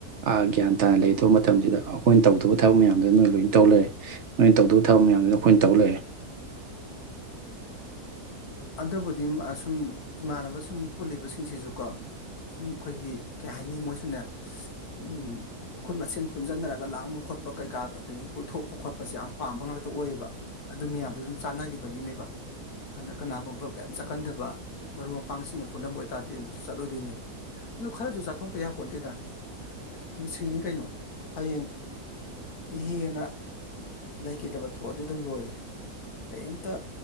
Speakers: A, on the right; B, on the left.
A: ꯑ ꯒ꯭ꯌꯥꯟ ꯇꯥꯅ ꯂꯩꯇꯕ ꯃꯇꯝꯁꯤꯗ ꯑꯩꯈꯣꯏꯅ ꯇꯧꯗꯕ ꯊꯕꯛ ꯃꯌꯥꯝꯗꯨꯣ ꯅꯣꯏ ꯂꯣꯏꯅ ꯇꯧ ꯂꯩꯔꯦ ꯅꯣꯏ ꯇꯧꯗꯕ ꯊꯕꯛ ꯃꯌꯥꯝꯁꯤꯗ ꯑꯩꯈꯣꯏꯅ ꯇꯧ ꯂꯩꯛꯑꯦ
B: <unintelligible> ꯑꯗꯨꯕꯨꯗꯤ ꯁꯨꯝ ꯏꯃꯥꯟꯅꯕꯁꯤꯡ ꯄꯨꯜꯂꯤꯕꯁꯤꯡꯁꯤꯁꯨ ꯀꯣ ꯁꯨꯝ ꯑꯩꯈꯣꯏꯒꯤ ꯀꯩ ꯍꯥꯏꯅꯤ ꯃꯣꯏꯁꯨꯅꯦ ꯑꯩꯈꯣꯏ ꯃꯁꯦꯟ ꯄꯨꯟꯁꯤꯟꯅꯔꯒ ꯂꯥꯡꯕ ꯈꯣꯠ ꯈꯣꯠꯄ ꯀꯩꯀꯥ ꯑꯗꯒꯤ ꯀꯣꯏꯊꯣꯛꯄ ꯈꯣꯠꯄꯁꯦ ꯌꯥꯝ ꯄꯥꯝꯕ ꯉꯥꯛꯇ ꯑꯣꯏꯌꯦꯕ ꯑꯗꯨ ꯃꯌꯥꯝꯗꯣ ꯁꯨꯝ ꯆꯥꯟꯅꯈꯤꯕꯒꯤꯅꯦꯕ ꯑꯗꯨꯅ ꯀꯅꯥꯒꯨꯝꯕ ꯀꯩꯝ ꯆꯥꯛꯀꯟꯗꯕ ꯃꯔꯨꯞ ꯃꯄꯥꯡꯁꯤꯡꯒ ꯄꯨꯜꯂꯝꯕ ꯑꯣꯏꯇꯥꯥꯔꯗꯤ ꯑꯃꯨꯛꯁꯨ ꯆꯠꯂꯣꯏꯗꯣꯏꯅꯦꯕ ꯑꯗꯨꯣ ꯈꯔꯁꯨ ꯆꯥꯊꯣꯛꯇ ꯌꯥꯄꯣ ꯅꯠꯇꯦꯗ ꯄꯨꯟꯁꯤꯅꯤ ꯀꯩꯅꯣ ꯍꯌꯦꯡ ꯏꯍꯦꯟꯅ ꯂꯩꯈꯤꯗꯕ ꯊꯣꯛꯑꯗꯤ ꯑꯗꯨꯝ ꯂꯣꯏꯔꯦ ꯀꯔꯤꯝꯇ